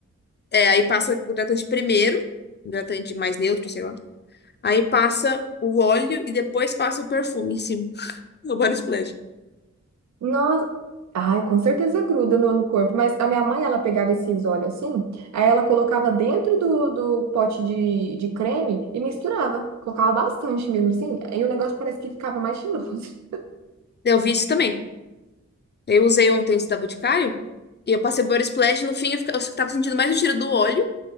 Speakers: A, on the left; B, on the right.
A: é, aí passa o hidratante primeiro, hidratante mais neutro, sei lá. Aí passa o óleo e depois passa o perfume em cima, <laughs> o body splash.
B: Nossa, ai, com certeza gruda no, no corpo, mas a minha mãe, ela pegava esses óleos assim, aí ela colocava dentro do, do pote de, de creme e misturava, colocava bastante mesmo, assim, aí o negócio parece que ficava mais cheiroso.
A: Eu vi isso também. Eu usei ontem esse da Boticário e eu passei o body splash, no fim eu, fica- eu tava sentindo mais o cheiro do óleo,